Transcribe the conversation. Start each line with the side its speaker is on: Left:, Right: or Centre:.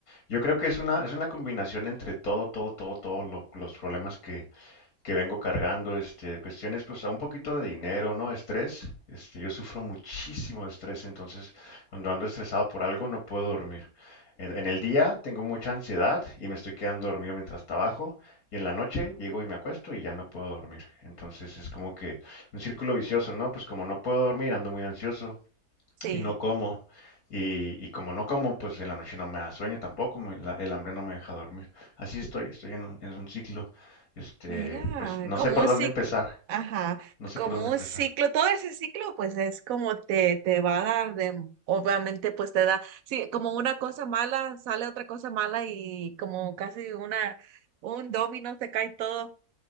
Left: yo creo que es una es una combinación entre todo, todo, todo, todos los problemas que que vengo cargando, este, cuestiones, pues, a un poquito de dinero, ¿no? Estrés, este, yo sufro muchísimo de estrés, entonces, cuando ando estresado por algo, no puedo dormir. En, en el día tengo mucha ansiedad y me estoy quedando dormido mientras trabajo, y en la noche llego y me acuesto y ya no puedo dormir. Entonces, es como que un círculo vicioso, ¿no? Pues, como no puedo dormir, ando muy ansioso,
Right: Sí.
Left: y no como. Y, y como no como, pues en la noche no me da sueño tampoco, me- la- el hambre no me deja dormir. Así estoy, estoy en un, en un ciclo. Este,
Right: Mira,
Left: pues no
Right: como
Left: sé por
Right: un
Left: dónde
Right: ciclo,
Left: empezar,
Right: ajá,
Left: no sé
Right: como
Left: por dónde
Right: un
Left: empezar.
Right: ciclo, todo ese ciclo pues es como te, te va a dar de, obviamente pues te da, sí, como una cosa mala sale otra cosa mala y como casi una, un dominó te cae todo,